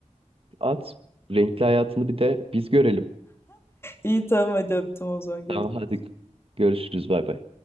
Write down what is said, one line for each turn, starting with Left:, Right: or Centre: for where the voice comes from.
Right: At renkli hayatını bir de biz görelim.
Left: İyi tamam hadi öptüm o zaman görüşürüz.
Right: Tamam hadi görüşürüz bay bay.